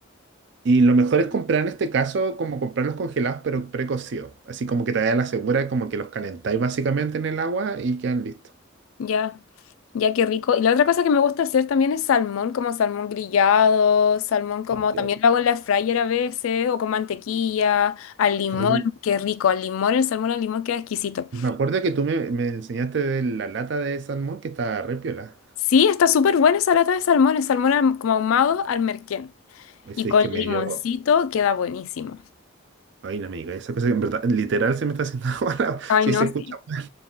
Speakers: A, on the right; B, on the left.
A: Y lo mejor es comprar en este caso, como comprarlos congelados, pero precocidos. Así como que te da la segura, como que los calentáis básicamente en el agua y quedan listos.
B: Ya, ya qué rico. Y la otra cosa que me gusta hacer también es salmón, como salmón grillado, salmón como
A: Ah, qué
B: también
A: rico.
B: lo hago en la fryer a veces, o con mantequilla, al limón,
A: Oye,
B: qué rico, al limón, el salmón al limón queda exquisito.
A: me acuerdo que tú me, me enseñaste de la lata de salmón que estaba re piola.
B: Sí, está súper buena esa lata de salmón, el salmón ahum- como ahumado al merquén.
A: Oye,
B: Y
A: si
B: con
A: es que me
B: limoncito
A: dio.
B: queda buenísimo.
A: Ay, no me digas esa cosa que en verdad, literal se me está haciendo <laughs> agua. la-
B: Ay,
A: Si
B: no,
A: se
B: sí.
A: escucha mal.